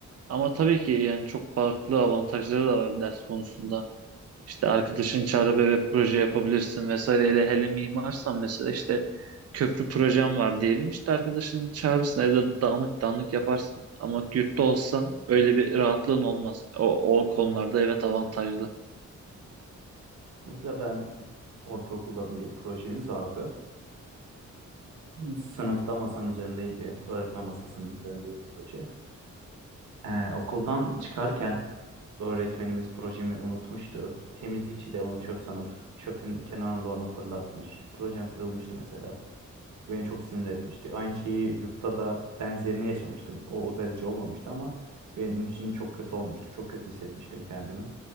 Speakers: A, on the right (about 55°); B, on the right (about 75°).
A: Ama tabii ki yani çok farklı avantajları da var ders konusunda. İşte arkadaşın çağrı ve proje yapabilirsin vesaire. Hele hele mimarsan mesela işte köprü projem var diyelim. İşte arkadaşın çağırırsın evde dağınık dağınık yaparsın. Ama yurtta olsan öyle bir rahatlığın olmaz. O, o konularda evet avantajlı.
B: Mesela ben ortaokulda bir projemiz vardı. Sınıfta masanın üzerindeydi. Öğretmen masasının üzerindeydi proje. Ee, okuldan çıkarken öğretmenimiz projemi unutmuştu. Temizlikçi de onu çöp sanıp çöpün kenarında onu fırlatmış. Projem kırılmıştı mesela. Beni çok sinir etmişti. Aynı şeyi yurtta da benzerini yaşamıştım. O, o derece olmamıştı ama benim için çok kötü olmuştu. Çok kötü hissetmiştim kendimi.